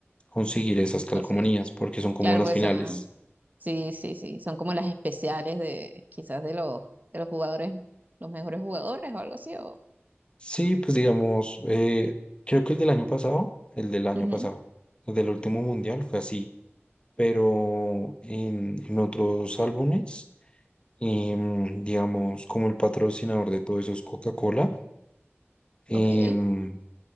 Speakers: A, on the left; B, on the right.
A: conseguir esas calcomanías
B: conseguí.
A: porque son como
B: Claro,
A: las
B: pues.
A: finales.
B: ah, Sí, sí, sí, son como las especiales de quizás de los de los jugadores, los mejores jugadores o algo así o
A: Sí, pues digamos, eh, creo que el del año pasado, el del año
B: Ujú,
A: pasado, el del último mundial fue así, pero en, en otros álbumes, em, digamos, como el patrocinador de todos esos Coca-Cola, em,
B: Ok.